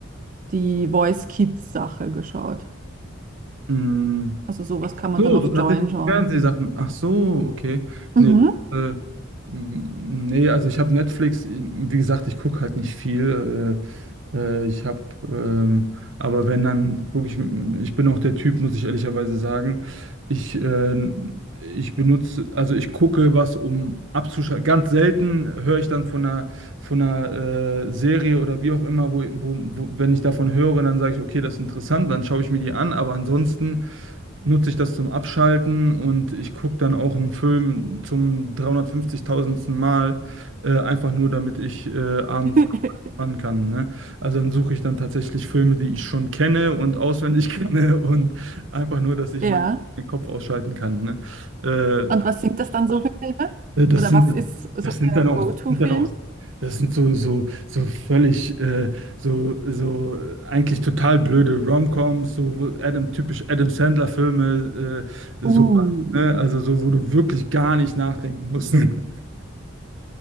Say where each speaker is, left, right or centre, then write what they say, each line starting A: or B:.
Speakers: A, on the right; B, on the right.
A: die Voice Kids Sache geschaut.
B: Mm.
A: Also sowas kann man
B: So,
A: dann auf
B: so tatsächlich
A: Join schauen.
B: Fernsehsachen. Ach so, okay.
A: Mhm.
B: Nee, äh, m- nee, also ich habe Netflix, wie gesagt, ich gucke halt nicht viel. Äh, äh, ich habe, ähm, aber wenn, dann gucke ich, ich bin auch der Typ, muss ich ehrlicherweise sagen. Ich, äh, ich benutze, also ich gucke was, um abzuschalten. Ganz selten höre ich dann von einer, von einer äh, Serie oder wie auch immer, wo, wo, wo, wenn ich davon höre, dann sage ich, okay, das ist interessant, dann schaue ich mir die an, aber ansonsten nutze ich das zum Abschalten und ich gucke dann auch einen Film zum 350.000. Mal, äh, einfach nur, damit ich äh, abends
A: <laughs>
B: entspannen kann. Ne? Also dann suche ich dann tatsächlich Filme, die ich schon kenne und auswendig <laughs> kenne und einfach nur, dass ich
A: Ja.
B: meinen Kopf ausschalten kann. Ne? Äh,
A: Und was sind das dann so für Filme?
B: äh, Das
A: Oder
B: sind
A: was
B: dann,
A: ist so
B: das sind
A: der
B: dann auch,
A: Go-To-Film?
B: das sind dann auch, das sind so, so, so völlig, äh, so, so äh, eigentlich total blöde Romcoms, so wo Adam, typisch Adam Sandler-Filme, äh,
A: Uh.
B: so, ne? Also so, wo du wirklich gar nicht nachdenken musst. <laughs>